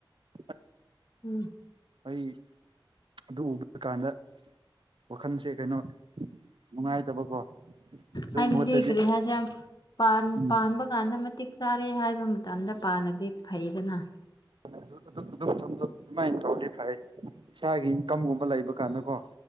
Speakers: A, on the right (about 75°); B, on the left (about 55°).
A: ꯑꯁ
B: ꯎꯝ
A: ꯑꯩ ꯑꯗꯨ ꯎꯕ ꯀꯥꯟꯗ ꯋꯥꯈꯟꯁꯦ ꯀꯩꯅꯣ ꯅꯨꯡꯉꯥꯏꯇꯕꯀꯣ ꯑꯗꯨ
B: ꯍꯥꯏꯕꯗꯤ
A: ꯃꯍꯨꯠꯇꯗꯤ
B: ꯀꯔꯤ ꯍꯥꯏꯁꯤꯔ ꯄꯥꯟ
A: ꯎꯝ
B: ꯄꯥꯟꯕ ꯀꯥꯟꯗ ꯃꯇꯤꯛ ꯆꯥꯔꯦ ꯍꯥꯏꯕ ꯃꯇꯝꯗ ꯄꯥꯜꯂꯗꯤ ꯐꯩꯗꯅ
A: ꯑꯗꯨ ꯑꯗꯨ ꯑꯗꯨ ꯃꯇꯝꯗ ꯑꯗꯨꯃꯥꯏ ꯇꯧꯔꯗꯤ ꯐꯩꯌꯦ ꯏꯁꯥꯒꯤ ꯏꯟꯀꯝꯒꯨꯝꯕ ꯂꯩꯕ ꯀꯥꯟꯗꯀꯣ